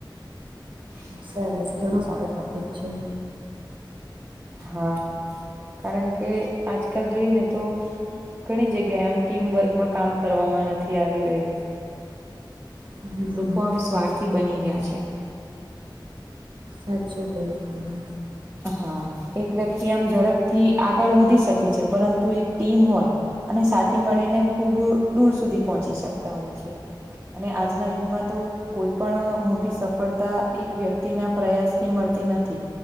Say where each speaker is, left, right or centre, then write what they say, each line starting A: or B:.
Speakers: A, on the right (about 20°); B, on the right (about 80°).
A: હ
B: સરસ ઘણો સારો ટોપિક છે.
A: હા, કારણ કે આજકાલ જોઈ ને તો ઘણી જગ્યાએ આમ ટીમવર્કમાં કામ કરવામાં નથી આવી રહ્યું.
B: હમ
A: લોકો આમ સ્વાર્થી બની ગયા છે.
B: હાચુ કયું તમે.
A: હા, એક વ્યક્તિ આમ ઝડપથી આગળ વધી શકે છે પરંતુ એક ટીમ હોય અને સાથેથી મળીને ખુબ દૂર સુધી પહોંચી શકતા હોય છે. અને આજના યુગમાં તો કોઈ પણ અહ મોટી સફળતા એક વ્યક્તિના પ્રયાસથી મળતી નથી.